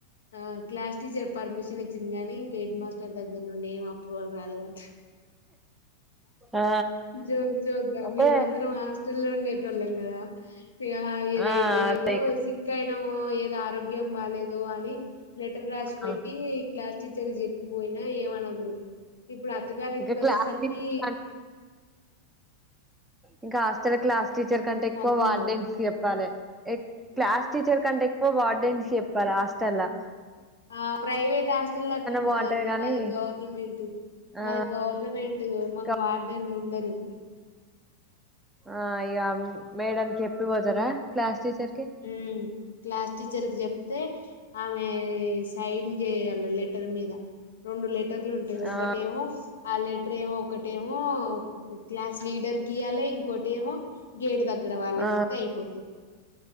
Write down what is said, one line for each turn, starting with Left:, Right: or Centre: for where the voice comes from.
Left: ఆ క్లాస్ టీచర్ పర్మిషన్ ఇచ్చింది కాని ఇంక హెడ్ మాస్టర్ దగ్గర నుండి ఏం అప్రూవల్ రాలేదంట.
Centre: ఆ
Left: జోకు జోకు గా
Centre: అంటే
Left: మేము అందరం హాస్టల్ లో ఉండేటోళ్ళం కదా ఇక ఎద
Centre: ఆ
Left: ఏదో
Centre: అదే
Left: సిక్ అయినాము ఏదో ఆరోగ్యం బాలేదు అని లెటర్ రాసి పెట్టి
Centre: ఆ.
Left: క్లాస్ టీచర్ చెప్పిపోయినా ఏమనరు. ఇప్పుడు అత్తగారి
Centre: ఇంకా
Left: ఇంటికి
Centre: క్లాస్
Left: వచ్చేసరికి
Centre: టీచర్ కంటే ఇంకా హస్టల క్లాస్ టీచర్ కంటే ఎక్కువ
Left: అర్థం
Centre: వార్డెన్స్
Left: కదా
Centre: కి చెప్పాలి. క్లాస్ టీచర్ కంటే ఎక్కువ వార్డెన్స్ చెప్పాల హాస్టల్ లో
Left: ఆ ప్రైవేట్ హాస్పిటల్ అట్లా ఉంటదండి.
Centre: బాగుంటది గానీ
Left: మాది గవర్నమెంట్
Centre: ఆ
Left: మాది గవర్నమెంట్ ట్ మాకు
Centre: ఇంకా-
Left: వార్డెన్లు ఉండరు.
Centre: ఆ ఇక మేడమ్ కి చెప్పి పోతారా క్లాస్ టీచర్ కి
Left: హ్మ్ క్లాస్ టీచర్ కి చెప్తే ఆమె సైన్ చేయాలి లెటర్ మీద రెండు లెటర్లు ఉంటాయి ఒకటేమో
Centre: ఆ
Left: ఆ లెటర్ ఏమో ఒకటేమో క్లాస్ లీడర్కి ఈయాల ఇంకోటి ఏమో గేటు దగ్గర వాళ్ళకి
Centre: ఆ
Left: ఇస్తే అయిపోతాది.